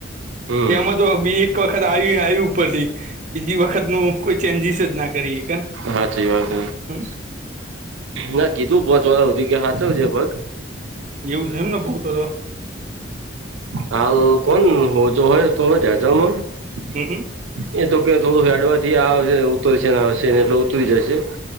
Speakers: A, on the right; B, on the right.
A: હમ
B: એમાં તો બી એક વખત આઈ ઈ આયુ ઉપરથી બીજી વખત નું કોઈ ચેન્જીસ જ ના કરીએ કે
A: હાચી વાત
B: હમ
A: ના કીધું પોચ વરહ હુધી કે હાચવજે ભગ
B: એવું છે એમ ને બહું તો તો
A: હાલ કોન હોજો હે થોડો ઢેચણ મ
B: હમ
A: એ તો કે થોડું હેડવાથી આવશે ઉતરશે ને આવશે ને એટલે ઉતરી જશે.